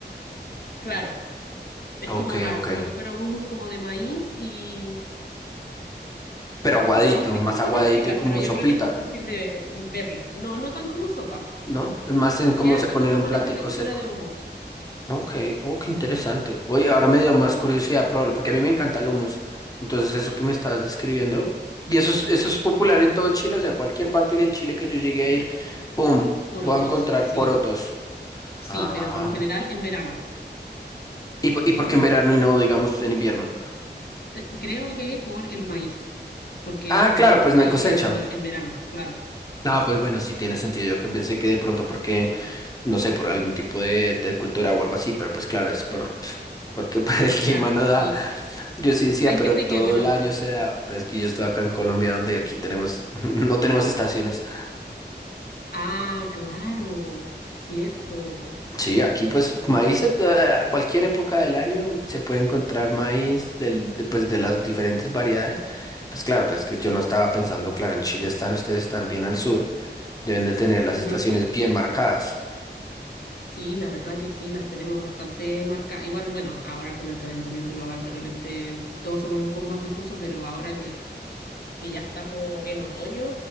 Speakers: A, on the left; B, on the left.
A: Claro, es
B: Ok,
A: como, claro,
B: ok.
A: es como que fuera un hummus como de maíz y
B: Pero
A: es
B: aguadito,
A: como difícil
B: más aguadito
A: de explicar,
B: y como
A: pero yo
B: sopita,
A: creo que es más fácil de verlo. No, no tan como sopa,
B: ¿no? Es más en cómo
A: que
B: se
A: así
B: pone
A: como
B: en un
A: con
B: platico
A: esa textura
B: seco.
A: de hummus.
B: Ok, oh, qué interesante. Oye, ahora me dio más curiosidad probarlo, porque a mí me encanta el hummus. Entonces, eso que me estabas describiendo, y eso es, eso es popular en todo Chile, o sea, cualquier parte de Chile que yo llegue a ir, ¡pum!
A: Porotos,
B: Voy a encontrar
A: sí,
B: porotos.
A: sí,
B: Ah.
A: pero por lo general en verano.
B: ¿Y, po- y por qué en verano y no, digamos, en invierno?
A: Te- Creo que por el maíz, porque
B: Ah,
A: maíz
B: claro, pues no
A: hay
B: hay cosecha.
A: en, en verano, claro,
B: Ah, pues bueno, sí tiene sentido. Yo que pensé que de pronto, porque, no sé, por algún tipo de, de cultura o algo así, pero pues claro, es por, <laughs> pf, porque pues, el clima
A: claro,
B: no
A: sí.
B: da. Yo sí decía,
A: Hay
B: pero
A: gente
B: todo
A: que, bueno,
B: el año se da, pues que yo estoy acá en Colombia donde aquí tenemos, <laughs> no tenemos estaciones.
A: ah, claro, cierto.
B: Sí, aquí pues maíz se da- a cualquier época del año se puede encontrar maíz del, de, pues de las diferentes variedades. Pues claro, pues que yo no estaba pensando, claro, en Chile están, ustedes están bien al sur, deben de tener las
A: Ujú.
B: estaciones bien marcadas.
A: Sí, la verdad que sí, las tenemos bastante marcadas Igual, bueno, ahora con el calentamiento global de repente todo se vuelve un poco más difuso, pero ahora que, que ya estamos en otoño,